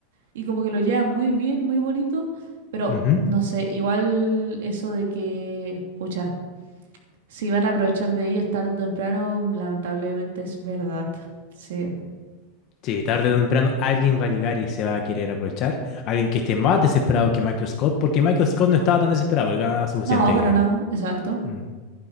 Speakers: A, on the right (about 75°); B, on the left (about 30°).
A: y como que lo llevan muy bien, muy bonito, pero
B: Ujú.
A: no sé, igual eso de que, pucha, si van a aprovechar de ellos tarde o temprano, lamentablemente es verdad. Sí.
B: Sí, tarde o temprano alguien va a llegar y se va a querer aprovechar. Alguien que esté más desesperado que Michael Scott, porque Michael Scott no estaba tan desesperado, él ganaba suficiente
A: No,
B: dinero.
A: para nada, exacto.
B: Mm.